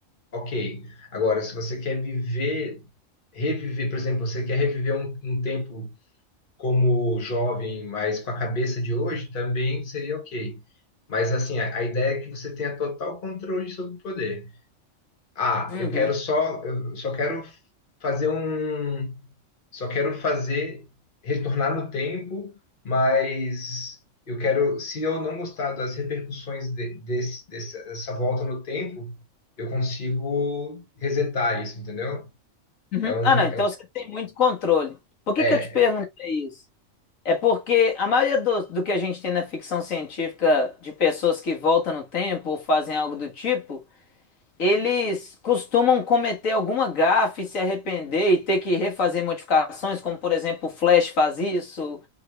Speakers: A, on the left; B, on the left.
A: Ok. Agora, se você quer viver, reviver, por exemplo, você quer reviver um, um tempo como jovem, mas com a cabeça de hoje, também seria ok. Mas assim, a, a ideia é que você tenha total controle sobre o poder. Ah,
B: uhum,
A: eu quero só, eu só quero fazer um, só quero fazer, retornar no tempo, mas eu quero, se eu não gostar das repercussões de- desse, desse- dessa volta no tempo, eu consigo resetar isso, entendeu?
B: uhum.
A: É um,
B: Ah, não, então
A: é, um,
B: você tem muito controle. Por que
A: é.
B: que eu te perguntei isso? É porque a maioria do, do que a gente tem na ficção científica de pessoas que voltam no tempo ou fazem algo do tipo, eles costumam cometer alguma gafe, e se arrepender e ter que refazer modificações, como por exemplo o Flash faz isso,